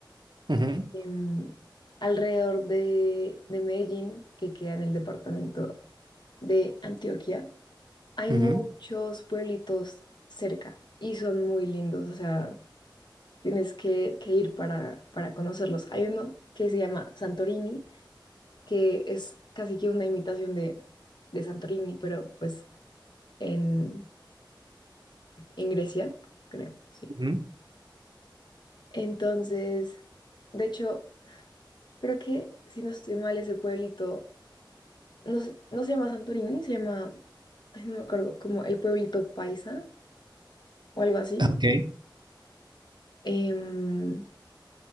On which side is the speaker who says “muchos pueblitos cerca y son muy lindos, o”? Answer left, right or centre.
Left